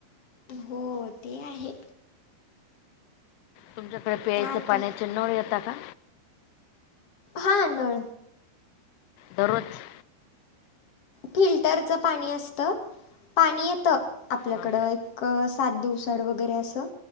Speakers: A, on the left; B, on the left.
A: हो ते आहे.
B: तुमच्याकडे प्यायचं
A: आता
B: पाण्याचे नळ येता का?
A: हा नळ.
B: दररोज?
A: फिल्टरचं पाणी असतं. पाणी येतं आपल्याकडं
B: हां
A: एक सात दिवसाड वगैरे असं